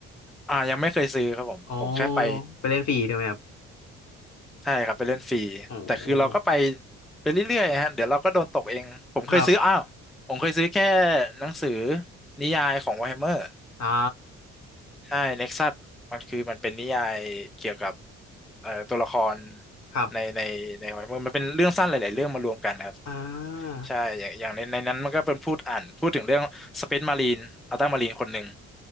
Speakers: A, in the centre; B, on the left (about 55°).
A: อ่ายังไม่เคยซื้อครับผมผมแค่ไป
B: โอ้ไปเล่นฟรีใช่ไหมครับ
A: ใช่ครับไปเล่นฟรีแต่คือเราก็ไป
B: โอ้
A: ไปเรื่อยๆฮะเดี๋ยวเราก็โดนตกเองผมเคยซื้ออ้าวผมเคยซื้อแค่
B: ครับ
A: หนังสือนิยายของ Warhammer
B: อ่า
A: ใช่ Nexus มันคือมันเป็นนิยายเกี่ยวกับเอ่อตัวละคร
B: ครับ
A: ในในใน Warhammer มันเป็นเรื่องสั้นหลายๆเรื่องมารวมกันครับ
B: อ่า
A: ใช่อย่างอย่างในในนั้นมันก็เป็นพูดอ่านพูดถึงเรื่อง Space Marine อัลต้ามารีนคนหนึ่ง